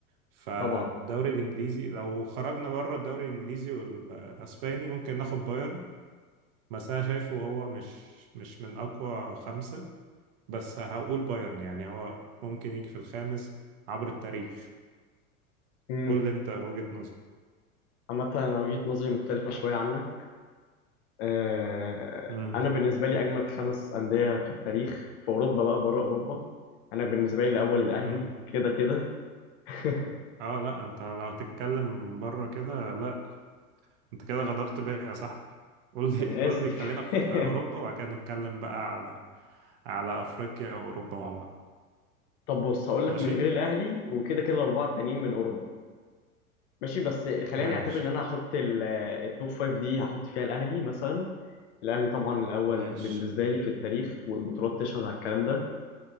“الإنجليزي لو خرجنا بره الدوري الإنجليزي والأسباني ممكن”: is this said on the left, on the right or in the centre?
Right